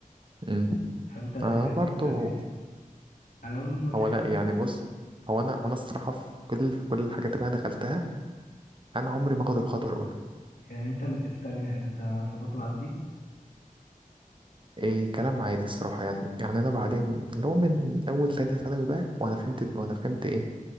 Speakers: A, on the right; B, on the left.
A: أمم.
B: فانت يعني
A: آه، برضو
B: يعني انا من نصيحتي
A: هو لا
B: عليه
A: يعني بص هو انا هو انا الصراحه في كل في كل الحاجات اللي انا دخلتها انا عمري ما اخد الخطوه الاولى
B: يعني انت ال- التانية انت ظبطت بعد دي
A: إيه كلام عادي الصراحه يعني يعني انا بعدين اللي هو من اول تانية ثانوي بقى وانا فهمت وانا فهمت ايه